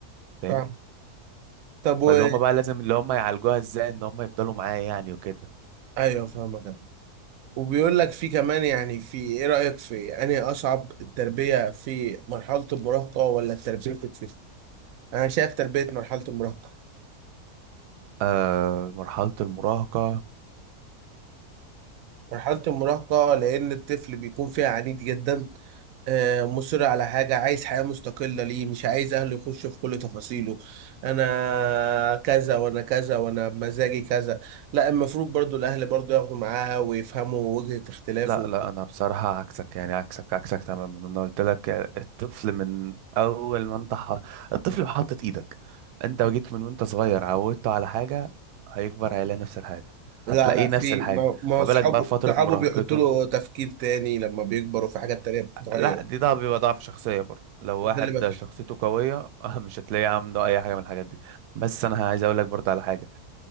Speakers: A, on the right; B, on the right.
A: فاهمني
B: فاهم طب
A: فاللي
B: و...
A: هم بقى لازم اللي هم يعالجوها ازاي ان هم يفضلوا معاه يعني وكده
B: أيوه فاهمك أنا. وبيقول لك في كمان يعني في إيه رأيك في أنهي أصعب التربية في مرحلة المراهقة ولا التربية في الطفل؟ أنا شايف تربية مرحلة المراهقة
A: آه مرحلة المراهقة
B: مرحلة المراهقة لأن الطفل بيكون فيها عنيد جدا آه، مصر على حاجة عايز حياة مستقلة ليه مش عايز أهله يخشوا في كل تفاصيله أنا كذا وأنا كذا وأنا بمزاجي كذا لا المفروض برضو الأهل برضو ياخدوا معاه ويفهموا وجهة اختلافه
A: لا لا انا بصراحة عكسك يعني عكسك عكسك تماما انا قلت لك الطفل من اول ما انت ح... الطفل بحطت ايدك انت جيت من وانت صغير عودته على حاجة هيكبر هيلاقي نفس الحاجة هتلاقيه
B: لا لا
A: نفس
B: في
A: الحاجة
B: ما ما
A: ما
B: أصحابه
A: بالك بقى في فترة
B: صحابه
A: مراهقته
B: بيحطوا له تفكير تاني لما بيكبروا في حاجات تانية بتتغير
A: لا دي ده بيبقى ضعف شخصية برضه لو واحد
B: ده اللي بكشف
A: شخصيته قوية <laughs> مش هتلاقيه عنده اي حاجة من الحاجات دي بس انا عايز اقول لك برضه على حاجة